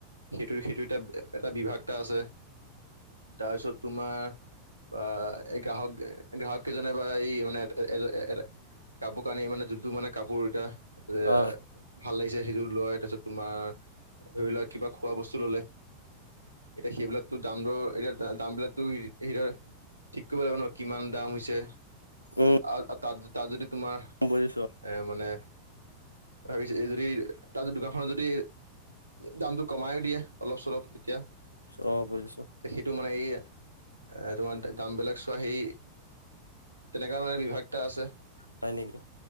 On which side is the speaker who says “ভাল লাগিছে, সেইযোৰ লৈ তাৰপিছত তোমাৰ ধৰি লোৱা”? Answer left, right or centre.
Right